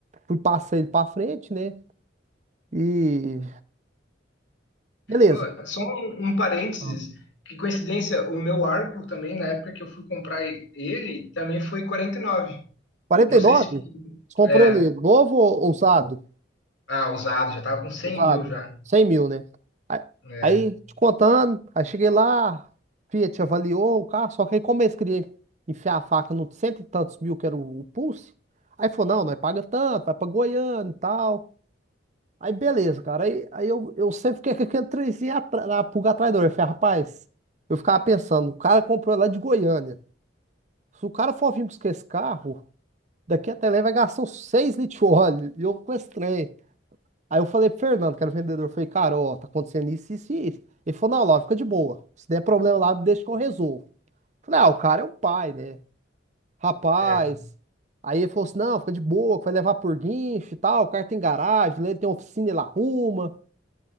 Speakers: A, on the right; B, on the left.
A: fui passar ele pra frente, né? E beleza.
B: Ó, Só um, um parênteses,
A: Ah.
B: que coincidência, o meu Argo também, na época que eu fui comprar e- ele, também foi 49.
A: 49?
B: Não sei se...
A: Você comprou
B: É,
A: ele novo ou usado?
B: ah, usado, já tava com 100
A: Usado.
B: mil já.
A: cem mil, né? A-
B: É,
A: Aí, te contando, aí cheguei lá, Fiat avaliou o carro, só que aí como eles queriam enfiar a faca no cento e tantos mil que era o, o Pulse, aí falou, não, nós paga tanto, vai pra Goiânia e tal. Aí beleza, cara. Aí, aí eu, eu sempre fiquei com aquele trenzinho atra- na pulga atrás da orelha. Eu falei, rapaz, eu ficava pensando, o cara comprou lá de Goiânia. Se o cara for vir buscar esse carro, daqui até lá ele vai gastar uns 6 litros de óleo. E eu com esse trem. Aí eu falei, pro Fernando, que era o vendedor, eu falei, cara, ó, tá acontecendo isso, isso e isso. Ele falou, não, Laura, fica de boa. Se der problema lá, deixa que eu resolvo. Eu Falei, ah, o cara é um pai, né? Rapaz.
B: é,
A: Aí ele falou assim, não, fica de boa, que vai levar por guincho e tal, o cara tem garagem, lá ele tem oficina, ele arruma.